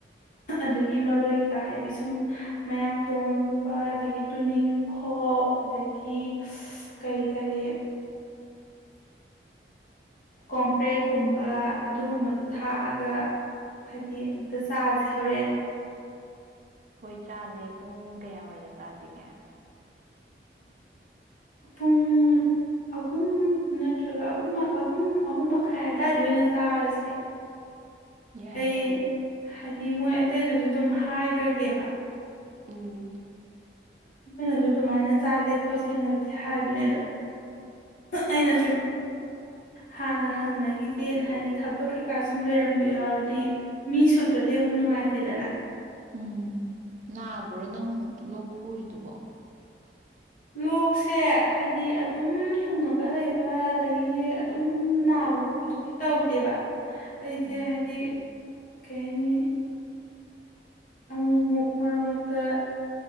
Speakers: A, on the left; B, on the right.
A: ꯑꯗꯒꯤ ꯃꯔꯣꯏ ꯀꯩꯀꯥ ꯍꯥꯏꯕꯗꯤ ꯁꯨꯝ ꯃꯌꯥꯡ ꯇꯣꯟꯒꯨꯝꯕ ꯑꯗꯒꯤ ꯇꯨꯅꯤꯡ ꯈꯣꯛ ꯑꯗꯒꯤ ꯀꯔꯤ ꯀꯔꯤ ꯀꯣꯝꯄ꯭ꯔꯦꯛꯀꯨꯝꯕ ꯑꯗꯨꯒꯨꯝꯕꯗꯣ ꯊꯥꯛꯑꯒ ꯍꯥꯏꯗꯤ ꯑꯝꯇ ꯆꯥꯁꯦ ꯍꯣꯔꯦꯟ
B: ꯍꯣꯏ ꯆꯥꯁꯦ ꯄꯨꯡ ꯀꯌꯥꯋꯥꯏꯗ ꯆꯥꯁꯤꯒꯦ
A: ꯄꯨꯡ ꯑꯍꯨꯝ ꯅꯠꯇ꯭ꯔꯒ ꯑꯍꯨꯝ ꯑꯍꯨꯝ ꯑꯍꯨꯝ ꯃꯈꯥꯏ ꯑꯋꯥꯏꯗ ꯑꯣꯏꯅ ꯆꯥꯔꯁꯦ
B: ꯌꯥꯏ
A: ꯑꯩ
B: ꯌꯥꯏꯌꯦ
A: ꯍꯥꯏꯗꯤ ꯃꯣꯏ ꯑꯇꯩꯗꯨꯁꯨ ꯑꯗꯨꯝ ꯍꯥꯏꯈ꯭ꯔꯒꯦꯕ
B: ꯎꯝ
A: ꯃꯣꯏꯅꯁꯨ ꯑꯗꯨꯃꯥꯏꯅ ꯆꯥꯁꯦ ꯈꯣꯠꯁꯦꯅꯕꯨꯗꯤ ꯍꯥꯏꯕꯅꯦ ꯑꯗ ꯑꯩꯅ ꯁꯨꯝ ꯍꯥꯟꯅ ꯍꯪꯅꯈꯤꯁꯦꯅ ꯍꯥꯏꯗꯤ ꯊꯕꯛ ꯀꯩꯀꯥ ꯁꯨꯝ ꯂꯩꯔꯝꯕ ꯌꯥꯎꯔꯗꯤ ꯃꯤ ꯁꯨꯗ꯭ꯔꯗꯤ ꯑꯃꯨꯛ ꯅꯨꯡꯉꯥꯏꯇꯦꯗꯅ
B: ꯎꯝ ꯅꯥꯕ꯭ꯔꯣ ꯅꯪ ꯂꯣꯛ ꯈꯨꯔꯤꯗꯨꯕꯣ
A: ꯂꯣꯛꯁꯦ ꯍꯥꯏꯗꯤ ꯑꯗꯨꯝ ꯊꯨꯡꯉꯒ ꯂꯩꯕ ꯑꯗꯒꯤ ꯑꯗꯨꯝ ꯅꯥꯕ ꯈꯣꯠꯄꯗꯨꯗꯤ ꯇꯧꯗꯦꯕ ꯑꯩꯁꯦ
B: ꯎꯝ
A: ꯍꯥꯏꯗꯤ ꯀꯩ ꯍꯥꯏꯅꯤ ꯑꯃꯨꯛ ꯑꯃꯨꯛ ꯃꯔꯛ ꯃꯔꯛꯇ